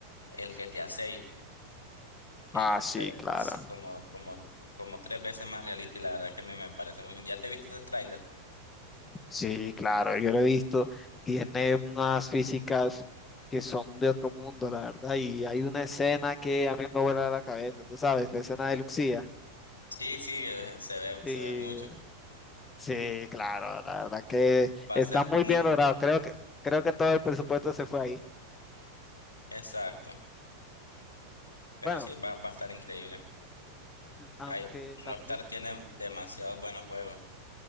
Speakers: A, on the left (about 75°); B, on the left (about 20°).
A: el GTA VI, y
B: Ah, sí,
A: pero
B: claro.
A: sí como como como tres veces más realista y la verdad que a mí me parece muy bien. ¿Ya te viste el tráiler?
B: Sí, claro, yo lo he visto. Tiene unas físicas que son de otro mundo, la verdad. Y hay una escena que a mí me vuela la cabeza, tú sabes, la escena de Lucía.
A: Sí, sí, eh, se ve
B: Sí,
A: se ve mucho.
B: sí, claro, la verdad que
A: Va
B: está
A: a ser
B: muy
A: muy
B: bien logrado. Creo que, creo que todo el presupuesto se fue ahí.
A: exacto, pero
B: Bueno,
A: sí va va a estar increíble.
B: aunque
A: Hay-
B: también
A: Rockstar tiene demasiados buenos juegos.